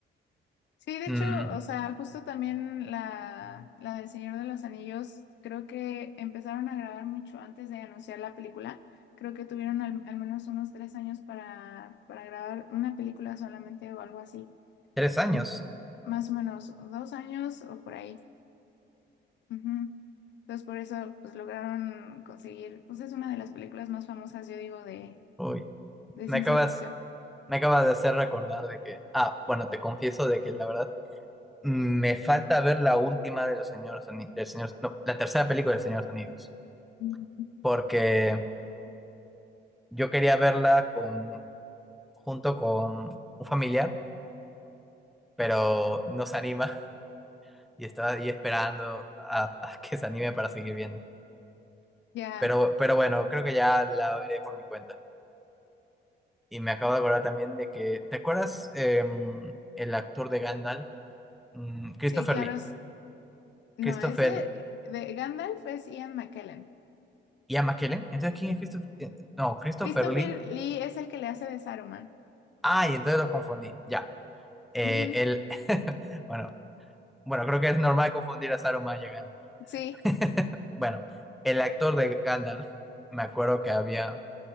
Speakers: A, on the left; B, in the centre.
A: Sí, de
B: Mm,
A: hecho, o sea, justo también la, la del Señor de los Anillos, creo que empezaron a grabar mucho antes de anunciar la película. Creo que tuvieron al, al menos unos tres años para, para grabar una película solamente o algo así.
B: tres años.
A: En- más o menos dos años o por ahí. Ujú. Entonces, por eso, pues lograron conseguir, pues es una de las películas más famosas, yo digo, de,
B: Uy,
A: de
B: me
A: ciencia
B: acabas,
A: ficción.
B: me acabas de hacer recordar de que, ah, bueno, te confieso de que la verdad me falta ver la última de los señores Ani- del señor, no, la tercera película de Señores Unidos,
A: Mm.
B: porque yo quería verla con, junto con un familiar, pero no se anima y estaba ahí esperando a, a que se anime para seguir viendo.
A: Ya,
B: Pero, pero bueno, creo que ya la veré por mi cuenta. Y me acabo de acordar también de que, ¿te acuerdas em, el actor de Gandalf? Mm, Christopher
A: Sí, claro.
B: Lee.
A: es- No,
B: Christopher
A: ese eh, de Gandalf es Ian McKellen.
B: Ian McKellen. Entonces, ¿quién es Christopher? eh, No, Christopher
A: Christopher
B: Lee.
A: Lee es el que le hace de Saruman.
B: Ay, entonces lo confundí. Ya. Eh,
A: Ujú,
B: él, <laughs> bueno, bueno, creo que es normal confundir a Saruman llegando.
A: Sí.
B: <laughs> Bueno, el actor de Gandalf, me acuerdo que había